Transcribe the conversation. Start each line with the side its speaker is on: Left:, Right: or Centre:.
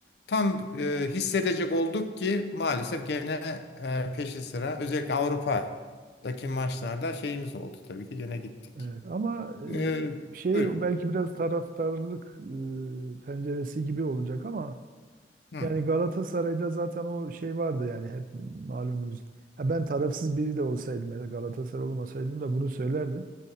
Left: Tam e, hissedecek olduk ki maalesef gene e, peşi sıra özellikle Avrupa'daki maçlarda şeyimiz oldu tabii ki gene gittik.
Right: Evet, ama
Left: E,
Right: e, şey
Left: buyurun.
Right: belki biraz taraftarlık e, penceresi gibi olacak ama
Left: Hı,
Right: yani Galatasaray'da zaten o şey vardı yani hep malumunuz. Ha, ben tarafsız biri de olsaydım ya da Galatasaray olmasaydım da bunu söylerdim.